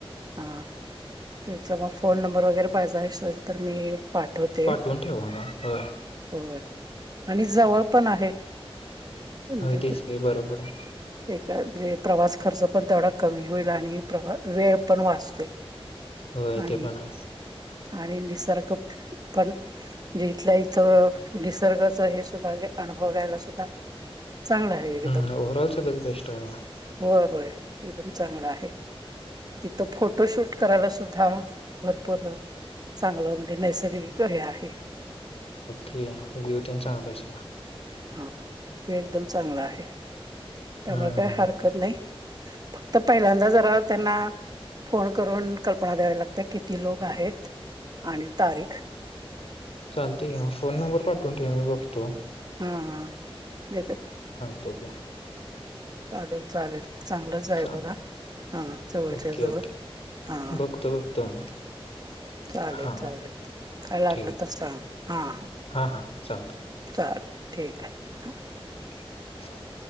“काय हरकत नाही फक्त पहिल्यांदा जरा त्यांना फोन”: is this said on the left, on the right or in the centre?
Right